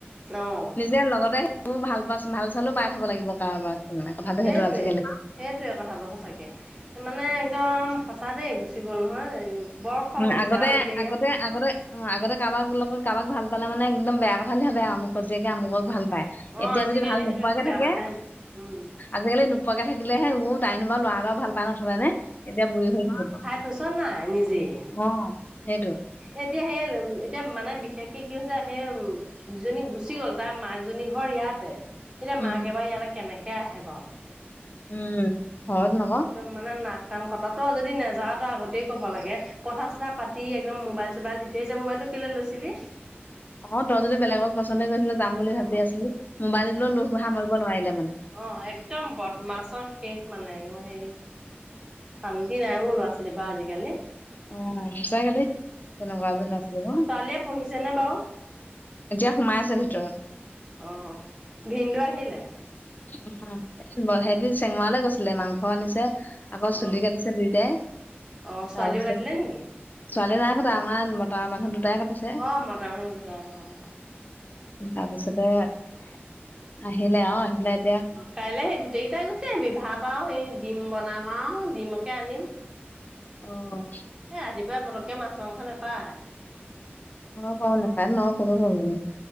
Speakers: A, on the right; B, on the left.
A: অ'
B: নিজে লগতে, সেইবোৰ ভাল, <unintelligible> ভাল-চালো পাই থ'ব লাগিব কাৰোবাক <unintelligible> মানে। কথাটো
A: সেইটোৱে।
B: সেইটো আজিকালি
A: সেইটোৱে কথাটো সঁচাকে, মানে একদম সঁচা দেই গুচি গ'ল নহয় বৰ খং
B: উম,
A: উঠিছে
B: আগতে,
A: আৰু এতিয়া
B: আগতে
A: ইয়াত
B: আগতে অ', আগতে কাৰোবাক লগত কাৰোবাক ভাল পালে মানে একদম বেয়া কথা বুলি ভাৱে আৰু জীয়েকে আমুকক
A: অ'
B: ভালপায়,
A: অ'
B: এতিয়া
A: আজিকালি
B: যদি ভাল নোপোৱাকে
A: সেইটো একো বেয়া
B: থাকে
A: কথাই নহয় উম।
B: আজিকালি নোপোৱাকে থাকিলেহে, অ', তাইনো বাৰু ল'ৰা এটাও ভালপায় নথ'লে নে এতিয়া বু়ঢ়ী হৈ থাকিব।
A: শুইচনে নাই নিজেই।
B: অঁ সে
A: এতিয়া সেই, এতিয়া মানে বিশেষকে কি হৈছে, সেই উম যিজনী গুচি গ'ল, তাৰ মাকজনীৰ ঘৰ ইয়াতে, এতিয়া
B: উম
A: মাক এবাৰ ইয়ালৈ কেনেকে আহে বাৰু।
B: উম ঘৰত নহয়।
A: একদম মানে নাক-কান কটাতকৈ যদি নাযাৱ তই আগতেই ক'ব লাগে। কথা-চথা পাতি একদম মোবাইল-চোবাইল দি থৈ আহিছে, মোবাইলটো কেলৈ লৈছিলি?
B: অঁ, তই যদি বেলেগক পচন্দ কৰিছিলি, যাম বুলি ভাৱি
A: অ
B: আছিলি, মোবাইলটোলৈ লোভ সামৰিব নোৱাৰিলি মানে।
A: অঁ একদম বদমাছৰ শেষ মানে, হেৰি শান্তি নাই অ' ল'ৰা-ছোৱালীৰ পৰা আজিকালি।
B: উম সঁচাকে দেই, কেনেকুৱা যে লাজ লাগিছে ন।
A: ছোৱালীয়ে পঢ়িছে নে বাৰু
B: এতিয়া সোমাই আছে ভিতৰত।
A: অ' ভিনদেউ আহিলে?
B: উম, সিহ'তে চেঙৰালৈ গৈছিলে, মাংস আনিছে। আকৌ চুলি
A: অ
B: কাটিছে দুইটাই।
A: অ ছোৱালীও
B: তাৰ
A: কাটিলে নেকি?
B: ছোৱালী নাই কটা, আমাৰ মতা মানুহ দুটাই কাটিছে।
A: অঁ মতা মানুহ দুটাই, অঁ অঁ।
B: তাৰপিছতে আহিলে আৰু, আহি পেলাই এটিয়া
A: অঁ কাইলৈ সেই গোটেই কেইটাই গুচি আহিবি, ভাত আৰু সেই ডিম বনাম আৰু, ডিমকে আনিম।
B: অঁ।
A: এই ৰাতিপুৱা পটককৈ মাছ, মাংস নাপায়।
B: নেপায়, নেপায় ন ক'ৰপৰা পাবি?